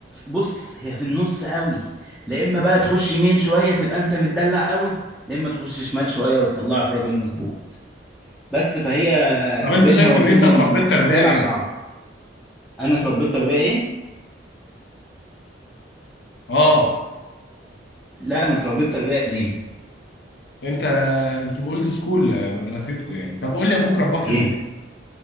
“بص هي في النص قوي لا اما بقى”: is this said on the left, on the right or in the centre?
Centre